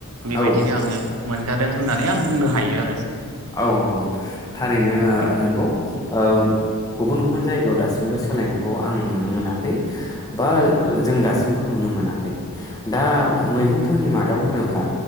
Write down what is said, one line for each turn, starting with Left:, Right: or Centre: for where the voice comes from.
Right: बेबायदिनो
Left: औ
Right: आङो। मोनजादों होननानै आं बुंनो हायो आरो।
Left: औ औ। थारैनो नोंखौ ओम गुबुन गुबुन जायगायाव दासिमबो सोलायनायखौ आं नुनो मोनाखै बा जों दासिमबो नुनो मोनाखै दा मैगंफोरनि मादाव होनोब्ला